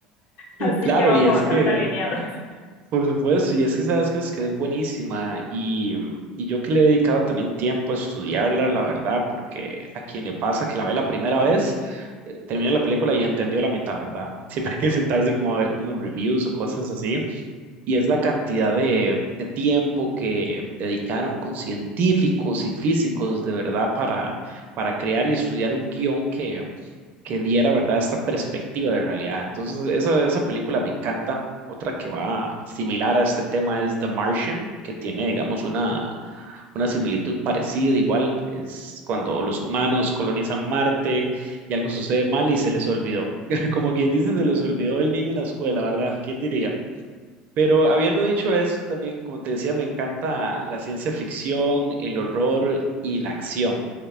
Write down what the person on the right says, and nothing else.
Claro,
y es
que
Por supuesto, y es que sabes que es, que es buenísima y, mm, y yo que le he dedicado también tiempo a estudiarla, la verdad, porque a quien le pasa que la ve la primera vez, eh, termina la película y entendió la mitad, ¿verdad? <laughs> Siempre hay que sentarse como a ver como reviews o cosas así, y es la cantidad de, de tiempo que dedicaron con científicos y físicos de verdad para, para crear y estudiar un guión que que diera, ¿verdad?, esta perspectiva de realidad. Entonces, esa, esa película me encanta. Otra que va similar a este tema es The Martian, que tiene, digamos, una, una similitud parecida, igual, es cuando los humanos colonizan Marte y algo sucede mal y se les olvidó. <laughs> Como quien dice, se les olvidó el niño en la escuela, ¿verdad? ¿Quién diría? Pero habiendo dicho eso, también, como te decía, me encanta la ciencia ficción, el horror y la acción.